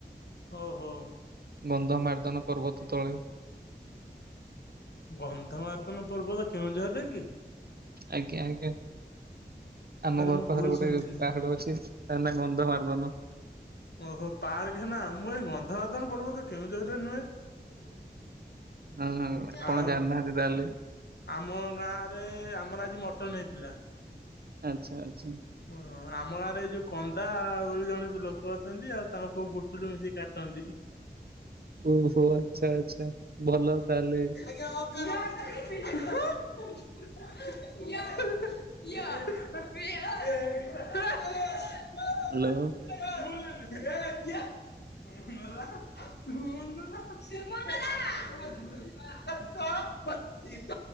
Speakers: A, on the left; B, on the right.
A: ଓ ହୋ।
B: ଗନ୍ଧ ମାର୍ଦନ୍ ପର୍ବତ ତଳେ
A: ଗନ୍ଧମାର୍ଦନ ପର୍ବତ କେଉଁଝରରେ କି?
B: ଆଜ୍ଞା ଆଜ୍ଞା ଆମ
A: ତାହେଲେ
B: ଘର
A: ମୁଁ
B: ପାଖରେ
A: ଭୁଲ
B: ଗୋଟେ
A: ଶୁଣିଥିଲି।
B: ପାହାଡ ଅଛି। ତା ନାଁ ଗନ୍ଧମାର୍ଦନ।
A: ଓହୋ ତାରି ନାଁ ମୁଁ କହିଲି ଗନ୍ଧମାର୍ଦନ ପର୍ବତ କେଉଁଝରରେ ନୁହେଁ। <unintelligible>
B: ନାଇଁ ନାଇଁ ଆପଣ
A: ଆଉ
B: ଜାଣିନାହାନ୍ତି ତାହେଲେ।
A: ଆମ ଗାଁ ରେ ଆମର ଆଜି ମଟନ ହେଇଥିଲା।
B: ଆଛା ଆଛା।
A: ହଁ ଆମ ଗାଁରେ ଏଇ ଯୋଉଁ କନ୍ଦା ବୋଲି ଜଣେ ଲୋକ ଅଛନ୍ତି ଆଉ ତାଙ୍କ ପୁଅ ବୁଟୁଲ ମିଶିକି କାଟନ୍ତି।
B: ଓହୋ ଆଛା ଆଛା ଭଲ ତାହେଲେ।
A: <unintelligible> <unintelligible>
B: ହାଲୋ।
A: <unintelligible> ରୁମ ରେ କଣ ପଶି। <unintelligible> ଇତ